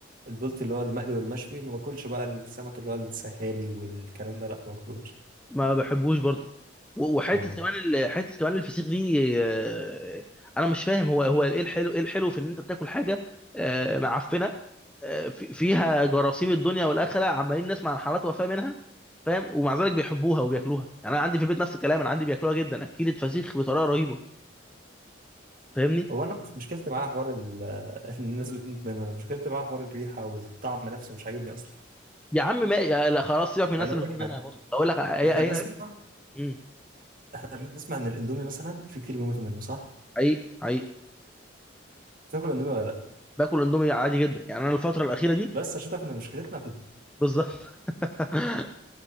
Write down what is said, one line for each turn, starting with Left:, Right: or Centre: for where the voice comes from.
Right: البولت اللي هو المقلي والمشوي ما باكلش بقى السمك اللي هو السهالي والكلام ده لا ما باكلوش
Centre: ما بحبوش برضه و- وحته
Right: آه.
Centre: كمان ال- حته كمان الفسيخ دي آه، انا مش فاهم هو هو ايه الحلو ايه الحلو في ان انت بتاكل حاجه آه، معفنه آه، في- فيها جراثيم الدنيا والاخره عمالين نسمع عن حالات وفاه منها فاهم ومع ذلك بيحبوها وبياكلوها يعني انا عندي في البيت نفس الكلام انا عندي بياكلوها جدا اكيلة فسيخ بطريقه رهيبه فاهمني
Right: هو انا مش مشكلتي معاه حوار ال- <laughs> الناس بتموت منها انا مشكلتي معاه حوار الريحة والطعم نفسه مش عاجبني اصلا
Centre: يا عم ما يا لا خلاص سيبك من الناس
Right: يعني اقول
Centre: اللي بتكون
Right: لك حاجة
Centre: هنا برضه بقول لك اي
Right: احنا بنسمع
Centre: اي مم.
Right: احنا بنسمع ان الاندومي مثلا في كتير بيموتوا منه صح؟
Centre: حقيقي حقيقي
Right: تاكل اندومي ولا لا؟
Centre: باكل اندومي عادي جدا يعني انا الفتره الاخيره دي
Right: بس عشان تعرف ان مشكلتنا في
Centre: بالظبط <laughs>